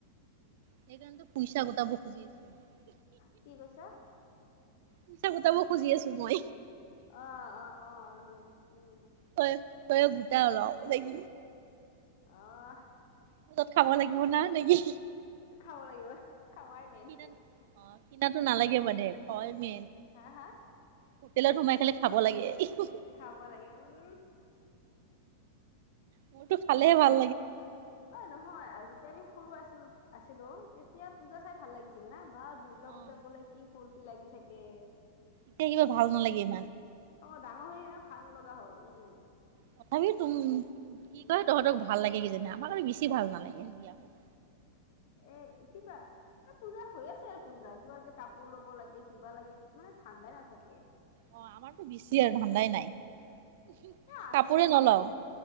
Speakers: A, on the right; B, on the left.
A: সেইকাৰণেটো পইচা গোটাব খুজি আছো মই।
B: আ কি কৈছা?
A: পইছা গোটাব খুজি আছো মই
B: অ অ অ অলমান উম
A: তই তইয়ে গোটা অলপ নেকি
B: অহ
A: পূজাত খাব লাগিব না নেকি?
B: খাব লাগিব খাৱাই মেইন।
A: কিনাত অ কিনাতো নালাগে মানে খোৱাই মেইন
B: হা হা
A: হোটেলত সোমাই পেলাই খাব লাগে ই হু।
B: খাব লাগে উম
A: মোৰতো
B: খাব
A: খালেহে
B: লাগে
A: ভাল
B: অ নহয় যেতিয়া আমি সৰু আছো আছিলো আছিলো তেতিয়া পূজা চাই ভাল লাগিছিল। আছিল না বা দূৰ্গা
A: অ',
B: পুজা কলে কি ফূৰ্তি লাগি থাকে।
A: এতিয়া কিবা ভাল নালাগে ইমান।
B: অ ডাঙৰ হৈ একে ভাল নলগা হ'ল উম।
A: তথাপিও তুম কি কয় তহঁতক ভাল লাগে কিজানি আমাক আৰু বেছি ভাল নালাগে দিয়া তাকে
B: এ কিবা পূজা হৈ আছে আৰু পূজা কিবা যে কাপোৰ ল'ব লাগে কিবা লাগে মানে ধাণ্ডাই নাথাকে
A: অ আমাৰতো বেছি আৰু ধান্দাই নাই
B: এ আছে
A: কাপোৰে নলও